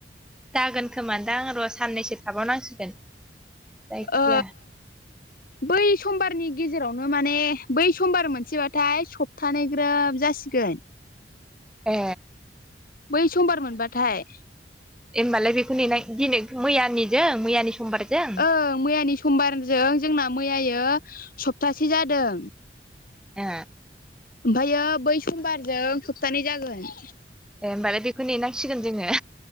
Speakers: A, in the centre; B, on the left (about 55°).
A: जागोन खोमा दां र' साननैसो थाबावनांसिगोन। जायखिया
B: ओ बै समबारनि गेजेरावनो माने बै समबार मोनसेबाथाय सप्तानै ग्रोब जासिगोन।
A: ए।
B: बै समबार मोनबाथाय।
A: एमबालाय बेखौ नेनाय दिनै मैयानि समबारजों
B: ओं मैयानि समबारजों जोंना मैयायो सप्तासे जादों।
A: ए।
B: ओमफ्रायायो बै समबारजों सप्तानै जागोन।
A: ए होनोमबालाय बेखौ नेेनांसिगोन जोङो।